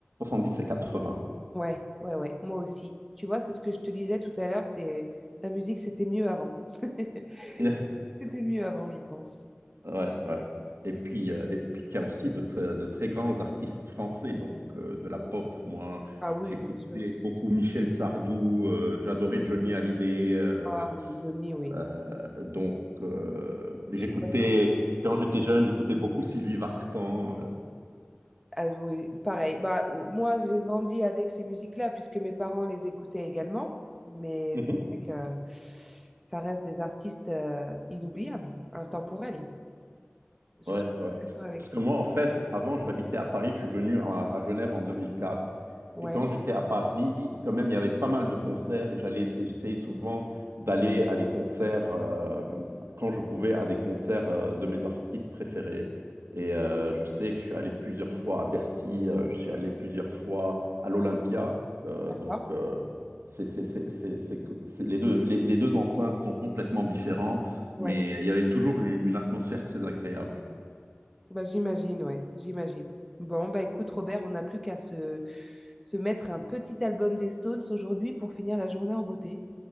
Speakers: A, on the right; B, in the centre.
A: dix et quatre-vingts
B: Ouais, ouais, ouais. Moi aussi. Tu vois, c'est ce que je te disais tout à l'heure, c'est la musique, c'était mieux avant. <laughs>
A: <laughs>
B: C'était mieux avant, je pense.
A: Ouais, ouais. Et puis, euh, et puis il y a aussi de, tr- de très grands artistes français, donc euh, de la pop. Moi,
B: Ah oui,
A: j'écoutais
B: bien sûr.
A: beaucoup Michel Sardou, euh, j'adorais Johnny Hallyday. euh,
B: Ah oui, Johnny, oui.
A: euh, donc, euh, j'écoutais,
B: Je suis d'accord.
A: quand j'étais jeune, j'écoutais beaucoup Sylvie Vartan.
B: Ah oui, pareil. Bah, moi, j'ai grandi avec ces musiques-là puisque mes parents les écoutaient également. Mais
A: euh.
B: c'est vrai que ça reste des artistes euh, inoubliables, intemporels. Je
A: Ouais,
B: suis
A: ouais.
B: tout à fait d'accord
A: Parce
B: avec
A: parce
B: toi.
A: que moi, en fait, avant, j'habitais à Paris. Je suis venu à, à Genève en 2004.
B: Ouais,
A: Et quand j'étais à Paris, quand même, il y avait pas mal de concerts et j'allais, j'essayais souvent d'aller à des concerts, euh, quand je pouvais, à des concerts euh, de mes artistes préférés. Et euh, je sais que je suis allé plusieurs fois à Bercy, euh, je suis allé plusieurs fois à l'Olympia. Euh,
B: d'accord.
A: donc, euh, c'est, c'est, c'est, c'est, c'est- c'est- les deux, les les deux enceintes sont complètement différentes
B: Ouais.
A: mais il y avait toujours une, une atmosphère très agréable.
B: Bah, j'imagine, ouais, j'imagine. Bon, bah écoute, Robert, on n'a plus qu'à se, se mettre un petit album des Stones aujourd'hui pour finir la journée en beauté.